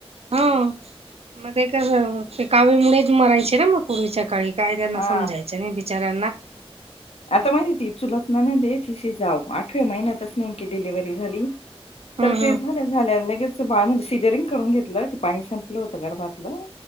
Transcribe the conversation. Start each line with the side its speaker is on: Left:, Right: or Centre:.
Right: हा म ते कस ते कावीळ मुळेच मरायचे ना मग पूर्वीच्या काळी. काय त्याना
Left: हा
Right: समजायचं नाही बिचाऱ्याना.
Left: आता माझी ती चुलत नणंद ये तिची जाऊ आठव्या महिन्यातच नाही की डिलिव्हरी झाली,
Right: हम्म
Left: तर ते झाल्या- झाल्या लगेच तिचं बाळ म्हणजे सिजरिंग करून घेतलं ते पाणी संपलं होतं गरभातलं